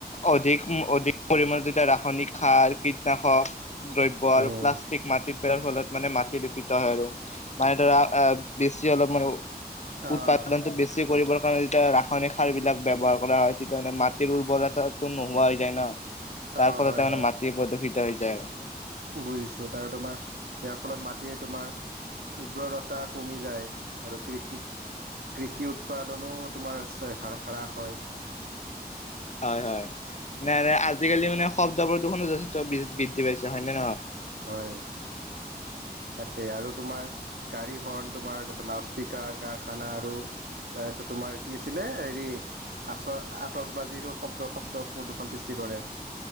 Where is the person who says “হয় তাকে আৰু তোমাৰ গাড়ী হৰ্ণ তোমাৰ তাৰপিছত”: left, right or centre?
Right